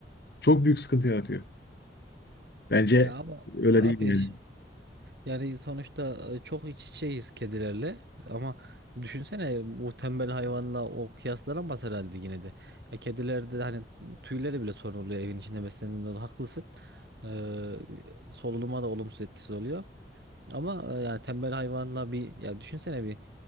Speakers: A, on the left; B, on the right.
A: çok büyük sıkıntı yaratıyor. Bence
B: Ya ama
A: öyle
B: abi
A: değil yani.
B: Yani sonuçta e, çok iç içeyiz kedilerle ama düşünsene bu tembel hayvanla o kıyaslanamaz herhalde yine de. Ya kedilerde de hani tüyleri bile sorun oluyor evin içinde beslendiğinde haklısın. Ee, solunuma da olumsuz etkisi oluyor. Ama e, yani tembel hayvanla bir ya düşünsene bir